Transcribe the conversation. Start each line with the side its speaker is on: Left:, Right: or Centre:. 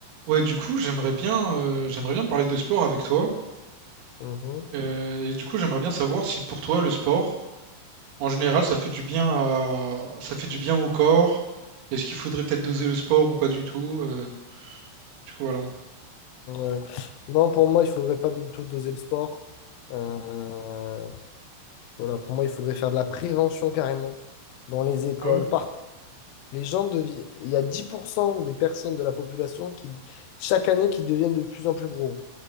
Right: Ouais, du coup, j'aimerais bien, euh, j'aimerais bien parler de sport avec toi.
Left: Mhm.
Right: Euh, et du coup, j'aimerais bien savoir si pour toi, le sport, en général, ça fait du bien à... ça fait du bien au corps. Est-ce qu'il faudrait peut-être doser le sport ou pas du tout? euh, du coup, voilà.
Left: Ouais. Non, pour moi, il faudrait pas du tout doser le sport. Euh, voilà, pour moi, il faudrait faire de la prévention carrément dans les écoles.
Right: Ah ouais?
Left: Par... Les gens devi- Il y a 10% des personnes de la population qui, chaque année, qui deviennent de plus en plus gros.